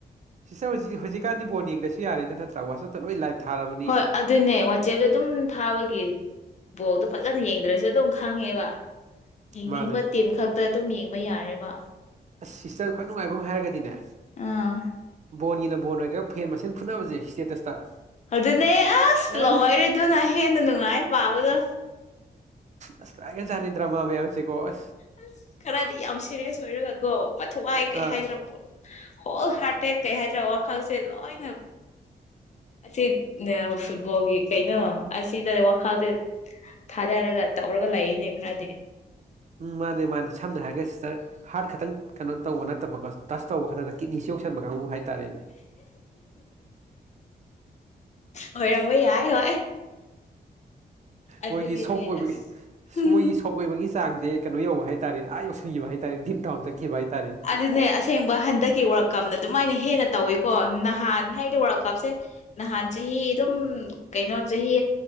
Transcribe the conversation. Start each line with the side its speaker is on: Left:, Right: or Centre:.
Right: ꯁꯤꯁꯇꯔ ꯍꯧꯖꯤꯛ ꯍꯧꯖꯤꯛꯀꯥꯟꯗꯤ ꯕꯣꯟ ꯌꯦꯡꯗꯁꯨ ꯌꯥꯔꯦꯗ ꯅꯠꯇ꯭ꯔꯥ ꯋꯥꯆꯞꯇ ꯂꯣꯏ ꯂꯥꯏꯚ ꯊꯥꯔꯕꯅꯤ
Left: ꯍꯣꯏ ꯑꯗꯨꯅꯦ ꯋꯥꯆꯦꯞꯇꯣ ꯑꯗꯨꯝ ꯊꯥꯕꯒꯤ ꯕꯣꯛꯗꯣ ꯐꯖꯅ ꯌꯦꯡꯗ꯭ꯔꯁꯨ ꯑꯗꯨꯝ ꯈꯪꯉꯦꯕ ꯌꯦꯡꯅꯤꯡꯕ
Right: ꯃꯥꯅꯦ
Left: ꯇꯤꯝ ꯈꯛꯇ ꯑꯗꯨꯝ ꯌꯦꯡꯕ ꯌꯥꯔꯦꯕ
Right: ꯑꯁ ꯁꯤꯁꯇꯔ ꯈ꯭ꯋꯥꯏ ꯅꯨꯡꯉꯥꯏꯕ ꯑꯃ ꯍꯥꯏꯔꯒꯗꯤꯅꯦ
Left: ꯑꯥ
Right: ꯕꯣꯟꯒꯤꯅ ꯕꯣꯟ ꯑꯣꯏꯔꯒꯦ ꯐꯦꯟ ꯃꯁꯦꯟ ꯐꯨꯠꯅꯕꯁꯦ ꯏꯁꯇꯦꯇꯁꯇ
Left: ꯑꯗꯨꯅꯦ ꯑꯁ
Right: ꯑꯦ
Left: ꯂꯑꯣꯏꯔꯦꯗꯨꯅ ꯍꯦꯟꯅ ꯅꯨꯡꯉꯥꯏ ꯄꯥꯕꯗꯣ
Right: ꯑꯁ ꯇꯥꯒꯦꯖꯥꯅꯤꯗ꯭ꯔ ꯃꯥ ꯃꯌꯥꯝꯁꯤꯀꯣ ꯑ
Left: ꯑꯁ ꯈꯔꯗꯤ ꯌꯥꯝ ꯁꯦꯔꯤꯌꯁ ꯑꯣꯏꯔꯒꯒꯣ ꯃꯊꯧꯋꯥꯏ
Right: ꯑꯥ
Left: ꯀꯩ ꯍꯥꯏꯗꯅ ꯄꯣꯂ ꯍꯣ ꯍꯥꯇꯦ ꯀꯩꯍꯖ ꯋꯥꯈꯔꯁꯦ ꯂꯣꯏꯅꯦ ꯑꯁꯤ ꯐꯨꯠꯕꯣꯜꯒꯤ ꯀꯩꯅꯣ ꯑꯁꯤꯗ ꯋꯥꯈꯜꯗ ꯊꯥꯗꯔꯒ ꯇꯧꯔꯒ ꯂꯩꯏꯅꯦ ꯈꯔꯗꯤ
Right: ꯎꯝ ꯃꯥꯅꯦ ꯃꯥꯅꯦ ꯁꯝꯅ ꯍꯥꯏꯔꯒ ꯁꯤꯗ ꯍꯥꯔꯠ ꯈꯛꯇꯪ ꯀꯩꯅꯣ ꯇꯧꯕ ꯅꯠꯇꯕꯀꯣ ꯇꯁ ꯇꯧꯕ ꯈꯛꯇꯗ ꯀꯤꯠꯅꯤꯁꯤ ꯌꯧꯁꯟꯕ ꯀꯥꯡꯕꯨ ꯍꯥꯏꯇꯥꯔꯦꯅꯦ
Left: ꯑꯣꯏꯣꯏꯔꯝꯃ ꯌꯥꯏ ꯍꯣꯏ ꯑꯗꯨꯒꯤꯅꯦ
Right: ꯃꯣꯏꯒꯤ ꯁꯣꯛ ꯑꯣꯏꯕꯒꯤꯣꯏꯒꯤ
Left: ꯑꯁ ꯎꯝ
Right: ꯁꯣꯛꯏꯕꯒꯤ ꯆꯥꯡꯁꯦ ꯀꯩꯅꯣ ꯌꯧꯕ ꯍꯥꯏꯇꯥꯔꯦꯅꯦ ꯑꯥ ꯌꯧꯁꯤꯟꯈꯤꯕ ꯍꯥꯏꯇꯥꯔꯦ ꯗꯤꯞ ꯎꯟ ꯆꯠꯈꯤꯕ ꯍꯥꯏꯇꯥꯥꯔꯦꯅꯦ
Left: ꯑꯗꯨꯅꯦ ꯑꯁꯦꯡꯕ ꯍꯟꯗꯛꯀꯤ ꯋꯥꯔꯛꯀꯞꯅ ꯑꯗꯨꯃꯥꯏꯅ ꯍꯦꯟꯅ ꯇꯧꯋꯤꯀꯣ ꯅꯍꯥꯟ ꯍꯥꯏꯕꯗꯤ ꯋꯥꯔꯜꯀꯞꯁꯦ ꯅꯍꯥꯟ ꯆꯍꯤꯍ ꯏ ꯑꯗꯨꯝ ꯀꯩꯅꯣ ꯆꯍꯤ